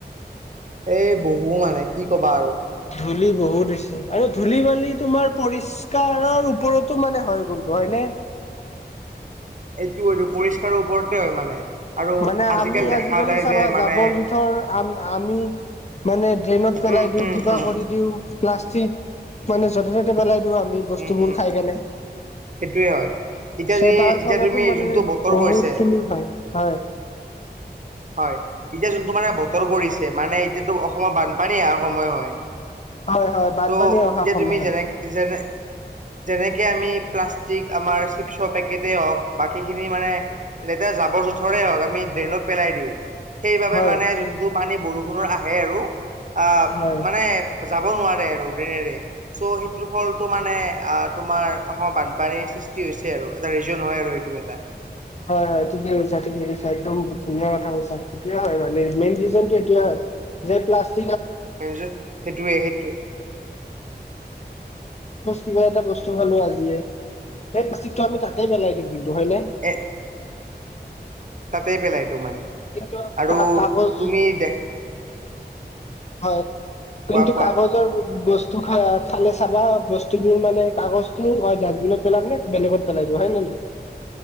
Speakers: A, on the right (about 45°); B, on the left (about 40°).
A: এই বহু মানে কি ক'বা আৰু
B: ধূলি বহুত হৈছে, আৰু ধূলি বালি তোমাৰ পৰিস্কাৰৰ ওপৰতো মানে হয় কিন্তু, হয় নে?
A: এইটো, এইটো পৰিষ্কাৰৰ ওপৰতে হয় মানে। আৰু
B: মানে, আমি আজিকালি
A: দেখা যায়
B: চাবা
A: যে মানে
B: জাবৰ জোথৰ আম, আমি মানে ড্ৰেইনত পেলাই
A: উম
B: দিওঁ
A: উম
B: কিবা
A: উম
B: কৰি দিওঁ প্লাষ্টিক
A: উম
B: মানে য'তে
A: উম
B: ত'তে পেলাই দিওঁ আমি বস্তুবোৰ
A: উম উম
B: খাই কেনে।
A: সেইটোয়ে হয় এতিয়া
B: চ'
A: যি
B: তাৰ
A: এতিয়া
B: ফলতো
A: তুমি
B: মানে
A: যোনটো বতৰ
B: বহুত
A: কৰিছে
B: খিনি হয়। হয়
A: হয় এতিয়া যোনটো মানে বতৰ কৰিছে, মানে এতিয়াতো অসমৰ বানপানী অহা সময় হয়।
B: হয় হয় বানপানী
A: চ'
B: অহা
A: এতিয়া
B: সময়
A: তুমি
B: হয়
A: যেনে -যেনে যেনেকে আমি প্লাষ্টিক, আমাৰ চিপছৰ পেকেটেই হওঁক, বাকীখিনি মানে লেতেৰা যাবৰ, জোথৰেই হওঁক আমি ড্ৰেইনত পেলাই দিওঁ। সেইবাবে
B: হয়
A: মানে যোনটো পানী বৰষুণত আহে আৰু আ,
B: হয়
A: মানে যাব নোৱাৰে আৰু ড্ৰেইনেৰে। চ' সেইটোৰ ফলতো মানে, আ তোমাৰ অসমৰ বানপানীৰ সৃষ্টি হৈছে আৰু। ৰিজন, হ'য় আৰু এইটো এটা
B: হয় হয় ঠিকেই কৈছা, ঠিকেই কৈছা একদম ধুনীয়াঁ কথা কৈছা। এইটোৱেই
A: উম
B: হয় মানে, মেইন ৰিজনটো এইটোৱেই
A: উম
B: হয়। যে পিলাচ্ <inaudible>
A: সেইটোৱে সেইটোৱে
B: কিবা এটা বস্তু
A: উম
B: খালো আজিয়েই। এই প্লাষ্টিক টো আমি তাতেই পেলাই দিওঁ
A: উম
B: কিন্তু হয় নে?
A: এ- তাতেই পেলাই দিওঁ মানে
B: কিন্তু আমি
A: আৰু
B: কাগজ
A: তুমি <inaudible>
B: হয়, কিন্তু
A: কোৱা কোৱা
B: কাগজৰ বস্তু খ খালে চাবা বস্তুবোৰ মানে কাগজতো হয় ডাষ্টবিনত পেলাব মানে বেলেগত পেলাই দিব হয় নে নহয়